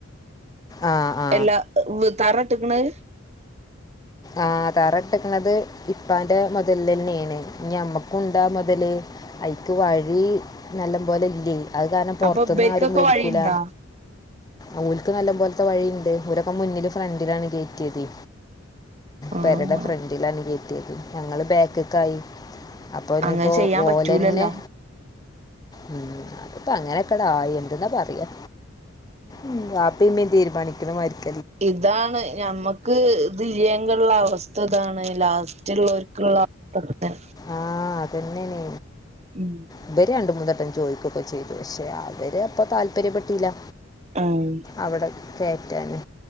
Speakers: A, on the left; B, on the right.
A: ആ ആ
B: അല്ലാ വെ തറ ഇട്ട്ക്കണത്
A: ആഹ് തറട്ട്ക്ക്‌ണത് ഇപ്പാന്റെ മുതലിലന്നെയാണ്. ഇനിയമ്മക്കുണ്ടാ മുതല്. അയിക്ക് വഴി നല്ലം പോലെ ഇല്ലേയ് അത് കാരണം പൊറത്ത്ന്നാരും
B: അപ്പൊ ഇബര്ക്കൊക്കെ
A: വേടിക്കൂല.
B: വഴിണ്ടാ
A: ഓൽക്ക് നല്ലം പോൽത്തെ വഴീണ്ട് ഓലൊക്കെ മുന്നില് ഫ്രണ്ടിലാണ് കേറ്റിയതേ.
B: ആഹ്
A: പെരടെ ഫ്രണ്ടിലാണ് കേറ്റിയത്. ഞങ്ങള് ബാക്ക്‌ക്കായി. അപ്പോഞ്ഞിപ്പോ
B: അങ്ങനെ ചെയ്യാൻ
A: ഓലന്നെ
B: പറ്റൂലല്ലോ
A: ഉം അത്പ്പൊ അങ്ങനെക്കടായി എന്ത്‌ന്നാ പറയാ. ഉം വാപ്പിം ഇമ്മിതീരുമാനിക്കണമായിരിക്ക
B: ഇതാണ് ഞമ്മക്ക് ക്ക് ഇത് ഇല്ലേങ്കിള്ള അവസ്ഥ ഇതാണ്. ലാസ്റ്റ്ള്ളോര്ക്ക്ള്ള അവസ്ഥ ഇതന്നെ.
A: ആഹ് അതെന്നാണ്
B: ഉം
A: ഇവര് രണ്ട് മൂന്നെട്ടം ചോയിക്കൊക്കെ ചെയ്തു പക്ഷെ അവര് അപ്പ താല്പര്യ പെട്ടീല.
B: ആഹ്
A: അവ്ടെ കേറ്റാന്.